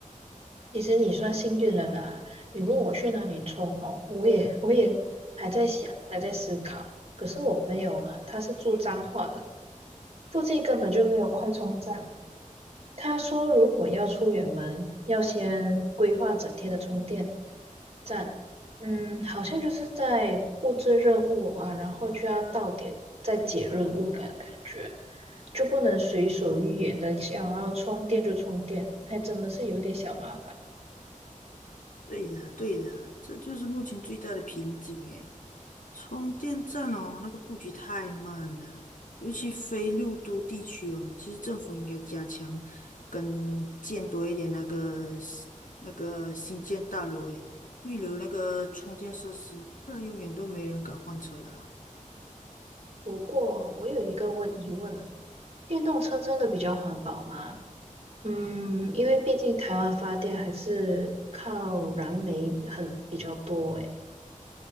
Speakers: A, on the right; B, on the left.
A: 其实你算幸运了啦！你问我去哪里充哦，我也我也还在想，还在思考。可是我朋友啊，他是住彰化的，附近根本就没有快充站。他说，如果要出远门，要先规划整天的充电站。嗯，好像就是在布置任务啊，然后就要到点再解任务感感觉，就不能随所欲言的想要充电就充电，还真的是有点小麻烦。
B: 对啦，对啦，这就是目前最大的瓶颈诶。充电站哦，那个布局太慢了，尤其非六都地区哦，其实政府应该加强跟建多一点那个 s- 那个新建大楼，诶，预留那个充电设施，不然永远都没人敢换车了啊。
A: 不过我有一个问疑问啊，电动车真的比较环保吗？嗯，因为毕竟台湾发电还是靠燃煤很比较多诶。